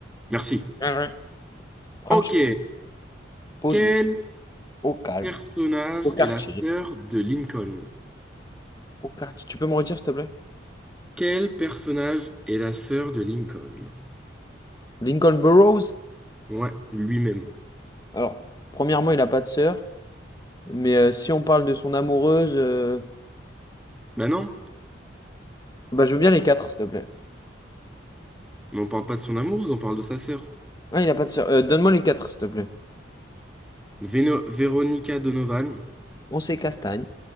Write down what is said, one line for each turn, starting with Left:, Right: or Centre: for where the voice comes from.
Centre: Merci.
Left: Bien joué. Franchi-
Centre: Ok.
Left: posé,
Centre: Quel
Left: au calme,
Centre: personnage
Left: au quartier.
Centre: est la sœur de Lincoln?
Left: Au quartier. Tu peux me redire, s'il te plaît?
Centre: Quel personnage est la sœur de Lincoln?
Left: Lincoln Burrows?
Centre: Ouais, lui-même.
Left: Alors, premièrement, il n'a pas de sœur. Mais euh, si on parle de son amoureuse, euh,
Centre: Bah non,
Left: bah, je veux bien les quatre, s'il te plaît.
Centre: mais on parle pas de son amoureuse, on parle de sa sœur.
Left: Ah, il a pas de sœur. Euh, donne-moi les quatre, s'il te plaît.
Centre: Veno- Veronica Donovan,
Left: On sait Castagne.